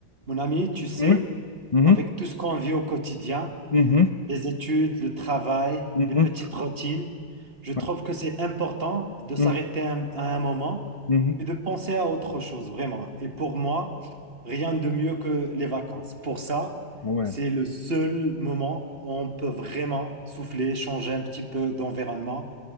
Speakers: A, on the right; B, on the left.
A: Mon ami, tu sais,
B: Ouais. Mhm.
A: avec tout ce qu'on vit au quotidien,
B: Mhm.
A: les études, le travail,
B: Mhm.
A: les petites routines, je trouve
B: Ouais.
A: que c'est important de s'arrêter
B: Mhm.
A: un- à un moment
B: Mhm.
A: et de penser à autre chose, vraiment. Et pour moi, rien de mieux que les vacances. Pour ça,
B: Ouais.
A: c'est le seul moment où on peut vraiment souffler, changer un petit peu d'environnement